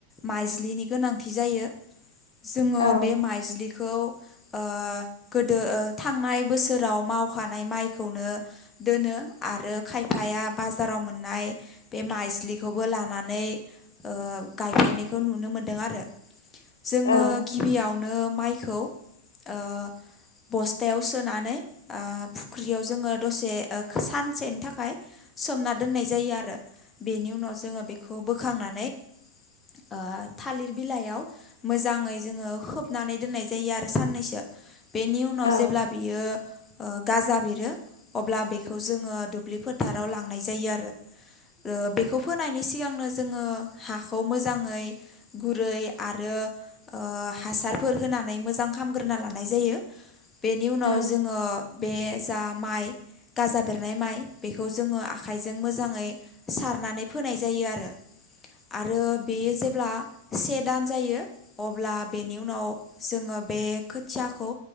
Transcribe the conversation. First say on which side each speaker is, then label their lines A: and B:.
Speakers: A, on the left; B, on the left.
A: माइज्लिनि गोनांथि जायो जोंङो
B: औ
A: बे माइज्लि खौ खौ ओ गोदो ओ थांनाय बोसोराव मावखानाय माइखौनो दोनो आरो खायफाया बाजाराव मोननाय बे माइज्लिखौबो लानानै नै ओ गायफैनायखौ नुनो मोनदों आरो जोंङो
B: औ
A: गिबियाव नो माइखौ ओ बस्थायाव सोनानै ओ फुख्रियाव जोंङो दसे ओ सानसेनि थाखाय सोमना दोननाय जायो आरो बेनि उनाव जोंङो बेखौ बोखांनानै ओ थालिर बिलाइयाव मोजांङै जोंङो खोबनानै दोननाय जायो आरो साननैसो बेनि उनाव
B: औ
A: जेब्ला बियो ओ गाजा बेरो अब्ला बेखौ जोंङो दुब्लि फोथाराव लांनाय जायो आरो ओ बेखौ फोनायनि सि सिगांनो जोंङो हाखौ मोजांङै गुरै आरो ओ हासार फोर होनानै मोजां खामग्रोना लानाय जायो बेनि उनाव
B: औ
A: जोंङो बे जा माइ। गाजा बेरनाय माइ बेखौ जोङो आखाइजों मोजाङै सारनानै फोनाय जायो आरो। आरो बेयो जेब्ला से दान जायो अब्ला बेनि उनाव जोङो। बे खोथियाखौ